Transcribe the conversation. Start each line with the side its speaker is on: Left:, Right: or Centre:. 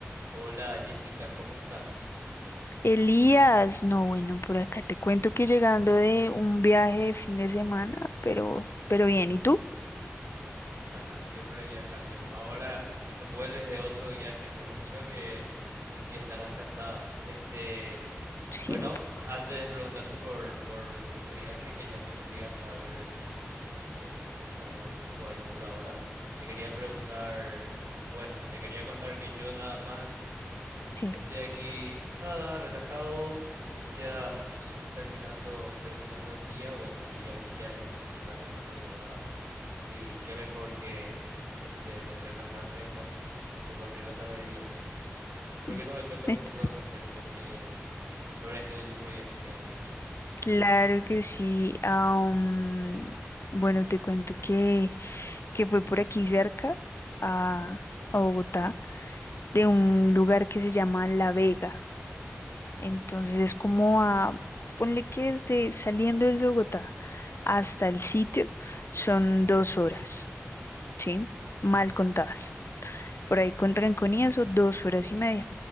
Right: Hola Jessica, ¿cómo estás?
Left: Elías, no, bueno, por acá te cuento que llegando de un viaje de fin de semana, pero, pero bien, ¿y tú?
Right: <laughs> Siempre viajando. Ahora vuelves de otro viaje. Me imagino que, que estarás cansada. Este,
Left: Sí,
Right: bueno,
Left: un po-
Right: antes de preguntarte por, por, por tu viaje, que ya me intriga saber este, cuál fue tu, tu aventura ahora, te quería preguntar, bueno, te quería contar que yo nada más
Left: sí.
Right: estoy aquí, nada, relajado, ya s- terminando, terminando el día. Bueno, el día aquí ya es bastante tarde en la madrugada. Y qué mejor que este relajarme con, con tus anécdotas de viaje. ¿Por
Left: Mm.
Right: qué no me cuentas
Left: <laughs>
Right: un poco al respecto que sobre este último viaje que has hecho?
Left: Claro que sí. am, bueno, te cuento que, que fue por aquí cerca a, a Bogotá, de un lugar que se llama La Vega. Entonces es como a, ponle que desde saliendo desde Bogotá hasta el sitio son dos horas, ¿sí? Mal contadas. por ahí con trancón y eso, dos horas y media.